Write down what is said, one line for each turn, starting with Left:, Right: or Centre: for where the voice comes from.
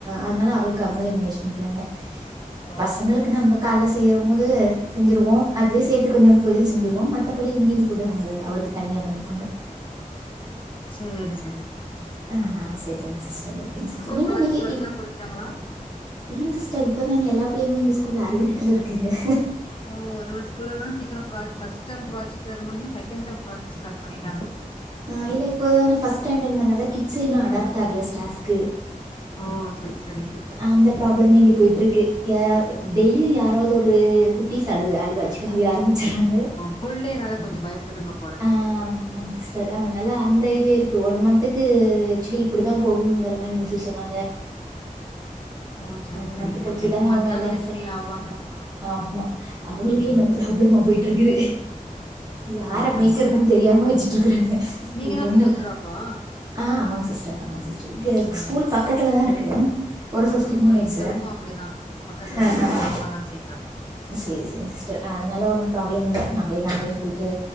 Right: அதனால அவருக்கு அவங்களே மேனேஜ் பண்ணிக்கிறாங்க
Left: ஓ
Right: பசங்களுக்கு நம்ப கால்ல செய்யும் போது செஞ்சிருவோ அதுவே சேத்து கொஞ்ச பொரியல் செஞ்சிருவோ மத்தபடி மீதி ஃபுட் அவங்க அவருக்கு தனியா பண்ணிப்பாங்க
Left: சேரி செரிங்க சிஸ்டர்
Right: ஆ செரிங்க சிஸ்டர் ஓகேங்க சிஸ்டர்
Left: ஸ்கூல்
Right: நீங்க
Left: ப்ராஜெக்ட்
Right: இன்னைக்கு
Left: ஒர்க்ல்லா குடுத்துட்டாங்களா
Right: இல்ல சிஸ்டர் இப்ப தா எல்லா பிள்ளைங்களு எங்க ஸ்கூல் அழுதுகிட்டு இருக் இனு
Left: ஓ ஒரு ஒரு ஸ்கூல்ல லாம் சீக்க ப்ராஜ் ஃபர்ஸ்ட் ஃபர்ஸ்ட் டெர்ம் ப்ராஜெக்ட் முடிஞ்சு செகண்ட் டெர்ம் ப்ராஜெக்ட் ஸ்டார்ட் பண்ணிட்டாங்க
Right: ஆ இல்ல இப்போன் ஃபர்ஸ்ட் ஸ்டாண்டங்கறனால கிச்சன் இன்னு அடாப்ட் ஆகல ஸ்டாஃப்க்கு
Left: ஓ செர் செரி
Right: அந்த ப்ராப்ளம் இங்க போய்ட்ருக்கு யா டெய்லியு யாராவது ஒரு குட்டீஸ் அழுது அழுவாச்சு காலிய ஆரம்பிச்சுறாங்க
Left: ஃபுல்டேனால கொஞ்ச பயப்படுத்துங்க போல
Right: ஆமா ஆமா சிஸ்டர் அதனால அந்த இது இருக்கு ஒன் மந்த்துக்கு ஆக்சுவலி இப்டிதா போகுங்ற மாரி மிஸ் சொன்னாங்க
Left: ஓ செரி
Right: ஒன் மந்த்
Left: செரி
Right: கலுச்சுதா
Left: அப்ப நெக்ஸ்ட் மந்த்தா
Right: அவ எல்லா
Left: கொஞ்ச
Right: செட்
Left: ஃப்ரீ ஆவாங்க
Right: ஆமா அவங்களுக்கே
Left: ம்
Right: இன்ன ப்ராப்ளமா போய்ட்டு இருக்குது யார
Left: ஓ அப்படிங்களா
Right: மேய்கறதுன் தெரியாம வச்சுட்டு இருக்கறாங்க
Left: நீங்க
Right: வி
Left: தா
Right: ஒன்னு
Left: பிக்கப் ட்ராப்பா
Right: ஆ ஆமாங்க சிஸ்டர் ஆமாங்க சிஸ்டர் இங்க
Left: ம்
Right: ஸ்கூல் பக்கத்துலதா இருக்கு ஒரு ஃபிஃப் டென்
Left: ஓ
Right: மினிட்ஸு
Left: எங்களுக்கு அப்படிதா பக்கத்துல
Right: ஆ
Left: தா
Right: ஹா
Left: ரொம்ப
Right: ஹா
Left: லாங்காலா சேக்கல
Right: செரி செரி சிஸ்டர் அதனால ஒன்னு ப்ராப்ளம் இல்ல நம்ளயே நம்ளயே போய்ட்டு